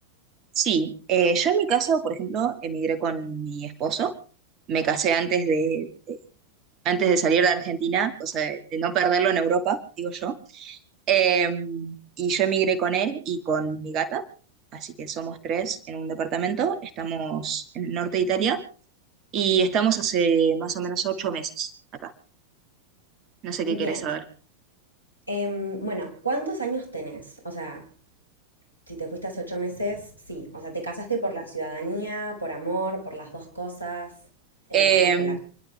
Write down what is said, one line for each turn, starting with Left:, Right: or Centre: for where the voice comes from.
Right: Sí, eh, yo en mi caso, por ejemplo, emigré con mi esposo. Me casé antes de, antes de salir de Argentina, o sea, de de no perderlo en Europa, digo yo. Eh, y yo emigré con él y con mi gata, así que somos tres en un departamento. Estamos en el norte de Italia y estamos hace más o menos ocho meses acá. No sé qué
Left: Bien,
Right: querés saber.
Left: em, bueno, ¿cuántos años tenés? O sea, si te fuiste hace ocho meses, sí. O sea, ¿te casaste por la ciudadanía, por amor, por las dos cosas? Eh,
Right: Eh,
Left: ¿cómo fue la...